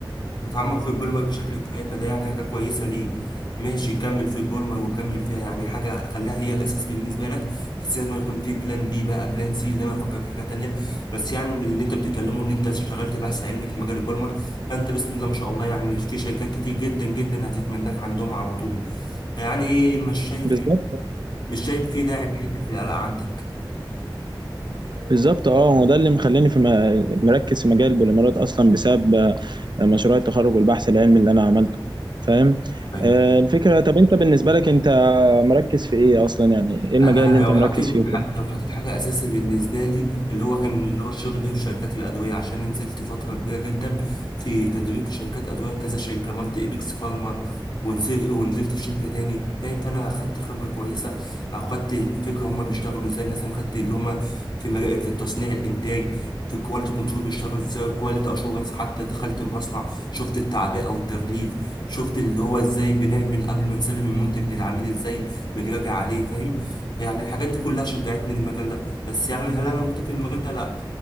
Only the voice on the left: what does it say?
متعمق في البولما بشكل كفاية فده يعني حاجة كويسة ليك ماشي كمل في البولما وكمل فيها يعني حاجة خليها هي أساس بالنسبة لك بس لازم يكون في بلان بي بقى بلان سي اللي أنا أفكر في حاجة تانية بس يعني من اللي أنت بتتكلمه إن أنت اشتغلت بحث علمي في مجال البولما فأنت بسم الله ما شاء الله يعني في شركات كتير جدا جدا هتتمناك عندهم على طول يعني مش شايف
مش شايف في داعي لحتة القلق عندك
أيوة.
انا
لو
حطيت
لو حطيت حاجه اساسي بالنسبه لي اللي هو كان اللي هو شغلي وشركات الادويه عشان نزلت فتره كبيره جدا في تدريب في شركات ادويه كذا شركه عملت ايبكس فارما ونزلت ونزلت في شركه تاني فاهم فانا اخدت خبره كويسه او خدت فكره هما بيشتغلوا ازاي مثلا خدت اللي هما في مراقب في التصنيع الانتاج في الكواليتي كنترول بيشتغلوا ازاي كواليتي اشورنس حتى دخلت المصنع شفت التعبئه او التغليف شفت اللي هو ازاي بنعمل قبل ما نسلم المنتج للعميل ازاي بنراجع عليه فاهم يعني الحاجات دي كلها شجعتني للمجال ده بس يعني هل انا مكتفي بالمجال ده لا